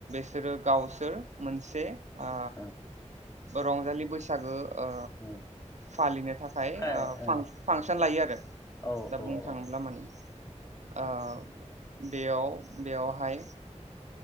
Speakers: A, on the right; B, on the left.
A: सोरो गावसोर मोनसे आ
B: उम
A: रंजालि बैसागो ओ
B: उम
A: फालिनो थाखाय
B: फाय
A: ओ फां
B: उम
A: फांसन लायो आरो
B: औ
A: दा
B: औ
A: बुंनो
B: औ
A: थाङोब्ला माने ओ बेयाव बेयावहाय